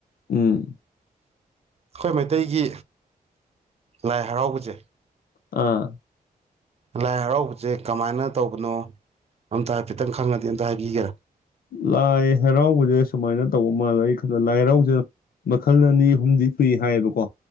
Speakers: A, on the left (about 75°); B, on the right (about 40°).
A: ꯎꯝ꯫
B: ꯑꯈꯣꯏ ꯃꯩꯇꯩꯒꯤ ꯂꯥꯏ ꯍꯔꯥꯎꯕꯁꯦ꯫
A: ꯑ꯫
B: ꯂꯥꯏ ꯍꯔꯥꯎꯕꯁꯦ ꯀꯃꯥꯏꯅ ꯇꯧꯕꯅꯣ ꯑꯝꯇ ꯍꯥꯏꯐꯦꯠꯇꯪ ꯈꯪꯉꯗꯤ ꯑꯝꯇ ꯍꯥꯏꯕꯤꯒꯦꯔꯥ꯫
A: ꯂꯥꯏ ꯍꯔꯥꯎꯕꯁꯦ ꯁꯨꯃꯥꯏꯅ ꯇꯧꯕ ꯃꯥꯜꯂꯦ ꯑꯩ ꯈꯟꯗ ꯂꯥꯏ ꯍꯔꯥꯎꯁꯦ ꯃꯈꯜ ꯑꯅꯤ ꯑꯍꯨꯝꯗꯤ ꯁꯨꯏ ꯍꯥꯏꯌꯦꯕꯀꯣ꯫